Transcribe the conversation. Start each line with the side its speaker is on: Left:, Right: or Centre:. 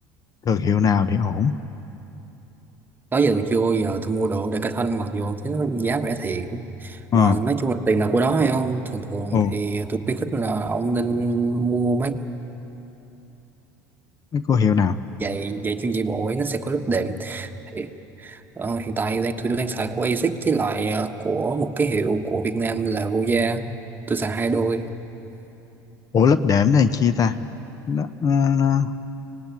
Left: thương hiệu nào thì ổn?
Right: đó giờ tôi chưa bao giờ tôi mua đồ Decathlon mặc dù thế nó giá rẻ thiệt
Left: Ờ.
Right: mà nói chung là tiền nào của đó hay không thường thường
Left: Ồ,
Right: thì tôi khuyến khích là ông nên mua mấy
Left: cái cô hiệu nào?
Right: giày giày chuyên chạy bộ ấy nó sẽ có lớp đệm thì, ờ, hiện tại đang tôi đang xài của ASICS với lại ờ, của một cái hiệu của Việt Nam là Voya tôi xài hai đôi
Left: Ủa lớp đệm nó làm chi ta? Nó, nó, nó,